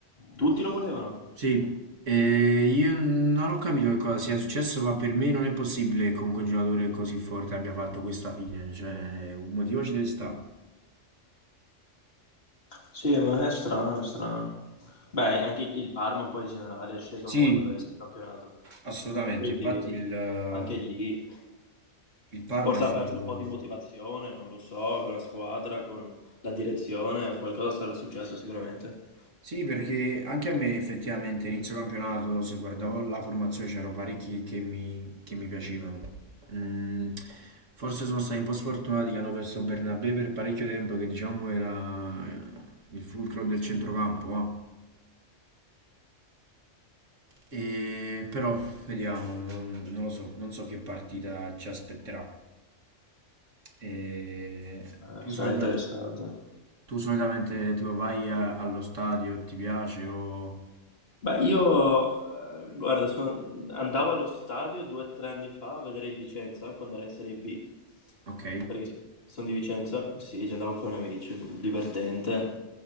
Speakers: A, on the left; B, on the right.
A: Tutti lo volevano.
B: Sì, eh, io non ho capito che cosa sia successo, ma per me non è possibile che comunque un giocatore così forte abbia fatto questa fine, cioè un motivo ci deve stare.
A: Sì, ma è strano, è strano. Beh, anche il Parma un po' in generale è sceso
B: Sì,
A: molto da inizio campionato.
B: assolutamente,
A: Quindi
B: infatti il, eh,
A: anche lì
B: il Parma
A: forse
B: è stato...
A: ha perso un po' di motivazione, non lo so, con la squadra, con la direzione, qualcosa sarà successo sicuramente.
B: Sì, perché anche a me effettivamente inizio campionato, se guardavo la formazione, c'erano parecchi che mi, che mi piacevano. Mm, forse sono stati un po' sfortunati che hanno perso Bernabé per parecchio tempo, che diciamo era eh, il fulcro del centrocampo, va. E, però vediamo, non, non lo so, non so che partita ci aspetterà. E,
A: Eh,
B: tu,
A: sarà
B: solita-
A: interessante.
B: tu solitamente tipo vai a- allo stadio, ti piace o...
A: Beh, io, eh, guarda, son- andavo allo stadio due o tre anni fa a vedere il Vicenza eh, quando era in Serie B,
B: Ok,
A: perché so- sono di Vicenza, sì, ci andavo con amici, divertente,